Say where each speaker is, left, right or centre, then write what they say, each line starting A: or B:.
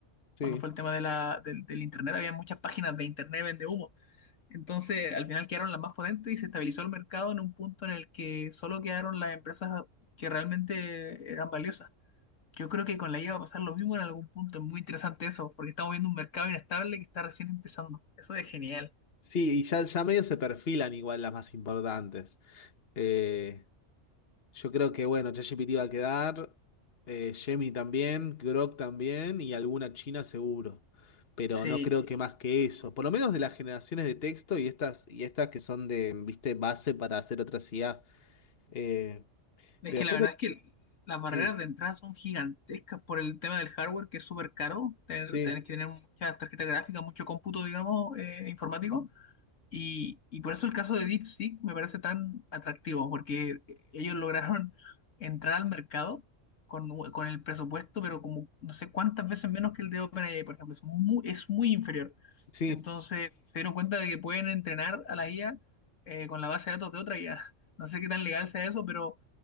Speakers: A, on the left; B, on the left.
A: Sí.
B: cuando fue el tema de la, del, del Internet, había muchas páginas de Internet vende humo, entonces al final quedaron las más potentes y se estabilizó el mercado en un punto en el que solo quedaron las empresas que realmente eran valiosas. Yo creo que con la IA va a pasar lo mismo en algún punto. Es muy interesante eso, porque estamos viendo un mercado inestable que está recién empezando. Eso es genial.
A: Sí, y ya, ya medio se perfilan igual las más importantes. Eh, yo creo que, bueno, ChatGPT va a quedar, eh, Gemini también, Grok también y alguna china seguro. Pero
B: Sí,
A: no creo que más que eso. Por lo menos de las generaciones de texto y estas, y estas que son de, viste, base para hacer otras IA. Eh,
B: es
A: pero
B: que la
A: después
B: verdad
A: hay-
B: es que las barreras
A: Sí,
B: de entrada son gigantescas por el tema del hardware, que es súper caro. Tener,
A: sí,
B: tenés que tener muchas tarjetas gráficas, mucho cómputo, digamos, eh, informático. Y, y por eso el caso de DeepSeek me parece tan atractivo, porque ellos lograron entrar al mercado con, con el presupuesto, pero como no sé cuántas veces menos que el de OpenAI, por ejemplo, es muy, es muy inferior.
A: sí.
B: Entonces se dieron cuenta de que pueden entrenar a la IA eh, con la base de datos de otra IA. <laughs> No sé qué tan legal sea eso, pero